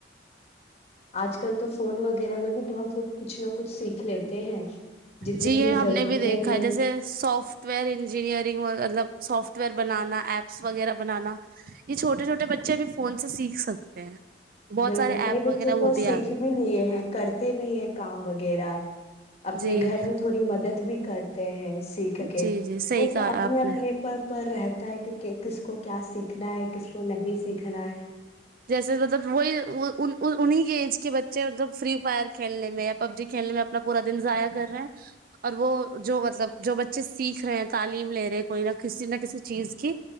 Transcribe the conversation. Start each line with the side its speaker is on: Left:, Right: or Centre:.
Left: آج کل تو فون وغیرہ میں بھی بہت لوگ کچھ نہ کچھ سیکھ لیتے ہیں جتنی
Right: جی یہ
Left: ہمیں
Right: ہم
Left: ضرورت
Right: نے بھی دیکھا
Left: ہمیں
Right: ہے جیسے سافٹ ویئر انجینئرنگ مطلب سافٹ ویئر بنانا ایپس وغیرہ بنانا یہ چھوٹے چھوٹے بچے ا بھی فون سے سیکھ سکتے ہیں بہت
Left: بالکل
Right: سارے
Left: کئی
Right: ایپ
Left: بچوں
Right: وغیرہ وہ
Left: کو سیکھ
Right: آ گئے
Left: بھی لیے ہیں کرتے بھی ہے کام وغیرہ اپنے
Right: جی
Left: گھر میں تھوڑی مدد بھی کرتے ہیں سیکھ کے
Right: جی جی صحیح
Left: وہ تو
Right: کہا
Left: اپنے
Right: آپ
Left: اپنے
Right: نے
Left: پر پر رہتا ہے کہ کس کو کیا سیکھنا ہے کس کو نہیں سیکھنا نا ہے
Right: جیسے مطلب وہی انہیں کے ایج کے بچے مطلب فری فائر کھیلنے میں یا پب جی کھیلنے میں اپنا پورا دن ضائع کر رہے ہیں اور وہ جو مطلب جو بچے سیکھ رہے ہیں تعلیم لے رہے کوئی نہ کسی نہ کسی چیز کی